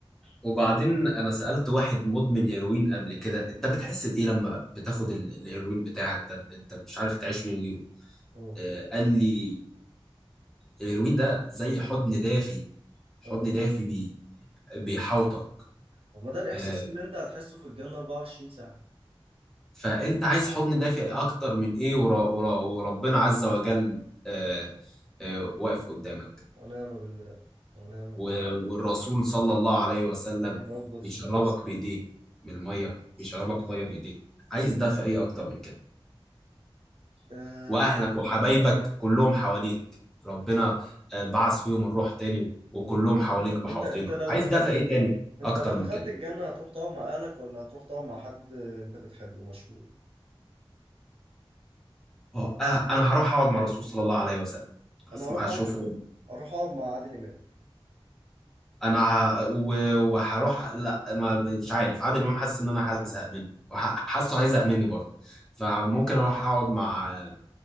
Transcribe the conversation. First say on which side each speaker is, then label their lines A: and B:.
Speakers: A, in the centre; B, on the right (about 75°).
A: وبعدين انا سألت واحد مدمن هيروين قبل كده انت بتحس بايه لما بتاخد ال- الهيروين بتاعك ده اللي انت مش عارف تعيش من غيره
B: اه
A: آه قال لي الهيروين ده زي حضن دافي حضن
B: اه
A: دافي بي بيحوطك
B: طب ما ده الاحساس
A: آه،
B: اللي انت هتحسه في الجنة 24 ساعة
A: فانت عايز حضن دافئ اكتر من ايه ورا ورا وربنا عز وجل آه، آه، واقف قدامك
B: ونعم بالله ونعم
A: و-
B: بالله
A: والرسول صلى الله عليه وسلم
B: عليه افضل الصلاة
A: بيشربك
B: والسلام
A: بايديه من الميه
B: عليه الصلاة
A: بيشربك
B: والسلام
A: ميه بايديه عايز دافئ ايه اكتر من كده
B: ده
A: واهلك
B: يعني
A: وحبايبك كلهم حواليك ربنا آه، بعث فيهم الروح تاني وكلهم حواليك
B: انت
A: محوطينك
B: انت انت لو
A: عايز
B: دخلت
A: دافئ ايه تاني
B: انت
A: اكتر
B: لو
A: من
B: دخلت
A: كده
B: الجنة هتروح تقعد مع اهلك ولا هتروح تقعد مع حد انت بتحبه مشهور
A: آه، انا هروح اقعد مع الرسول صلى الله عليه وسلم
B: انا
A: اسمع
B: هروح
A: اشوفه
B: اقعد اروح اقعد مع عادل امام
A: انا ه... و- وهروح لا ما مش عارف عادل امام حاسس ان انا هزهق منه وح- حاسه هيزهق مني برضه فممكن اروح اقعد مع